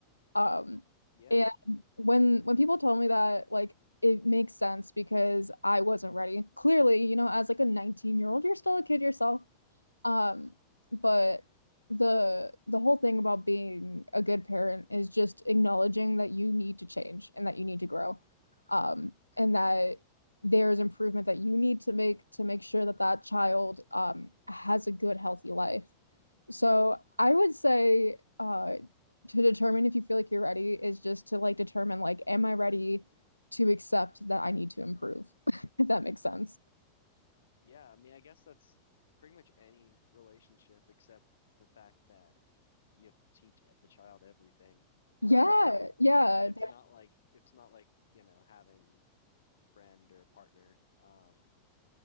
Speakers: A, on the left; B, on the left.
A: Um,
B: Yeah,
A: and when when people told me that, like it makes sense because I wasn't ready. Clearly, you know, as like a 19 year old, you're still a kid yourself. Um, but the the whole thing about being a good parent is just acknowledging that you need to change and that you need to grow. Um, and that there's improvement that you need to make to make sure that that child um, has a good, healthy life. So I would say uh, to determine if you feel like you're ready is just to like determine like, am I ready to accept that I need to improve? <laughs> If that makes sense.
B: yeah. I mean, I guess that's pretty much any relationship except the fact that you have to teach the child everything.
A: Yeah,
B: Um,
A: yeah,
B: and it's not like it's not like, you know, having a friend or a partner um